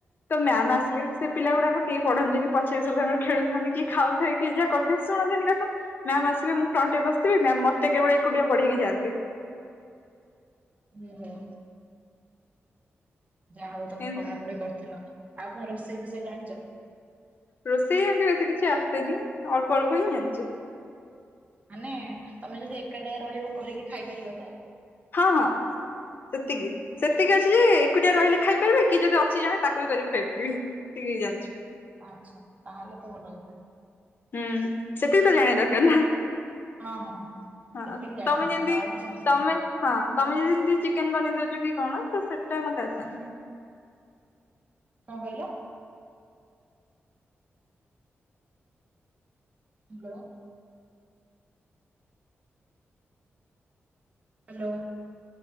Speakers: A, on the left (about 50°); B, on the right (about 30°).
A: ତ ମ୍ୟାମ୍ ଆସିବେ, ସେ ପିଲା ଗୁଡ଼ାକ କେହି ପଢ଼ନ୍ତିନି, ପଛରେ ସବୁ ତାଙ୍କର ଖେଳୁଥାନ୍ତି। କିଏ ଖାଉଥାଏ। କିଏ ଯାହା କରୁଥାଏ, ଶୁଣନ୍ତିନି କଥା ମ୍ୟାମ୍ ଆସିବେ, ମୁଁ ଫ୍ରଣ୍ଟ୍ ରେ ବସିଥିବି, ମ୍ୟାମ୍ ମତେ କେବଳ ଏକୁଟିଆ ପଢ଼େଇକି ଯାଆନ୍ତି।
B: ଓହୋ। ଯାହା ହଉ ତମେ
A: ଏମତି
B: ପଢ଼ା ପଢ଼ି କରୁଥିଲ। ଆଉ କଣ ରୋଷେଇ ଫୋଷେଇ ଜାଣିଚ?
A: ରୋଷେଇ ଏମତି ବେଶି କିଛି ଆସେନି, ଅଳ୍ପ ଅଳ୍ପ ହିଁ ଜାଣିଚି।
B: ମାନେ ତମେ ଯଦି ଏକାଟିଆ ରହିବ କରିକି ଖାଇ ପାରିବ ତ?
A: ହଁ ହଁ। ସେତିକି, ସେତିକି ଅଛି ଯେ, ଏକୁଟିଆ ରହିଲେ ଖାଇପାରିବି। କି ଯଦି ଅଛି ଜଣେ ତାକୁ ବି କରିକି ଖୋଇପାରିବି। ଏତିକି ଯାନ୍ ଚି।
B: ଆଛା, ତାହେଲେ ତ ଭଲ କଥା।
A: ହୁଁ, ସେତିକି ତ ଜାଣିବା ଦରକାର ନା?
B: ହଁ ହଁ
A: ହଁ,
B: ସେତିକି ଜାଣିବା
A: ତମେ
B: ଦରକାର
A: ଯେମିତି
B: ଆଉ କିଛି ଅଧିକ
A: ତମେ
B: କଣ
A: ହଁ, ତମେ ଯେମିତି ଚିକେନ୍ ବନେଇ ଦଉଚ କି କଣ, ତ ସେଟା ମତେ ଆସେନି।
B: କଣ କହିଲ? ହାଲୋ। ହାଲୋ।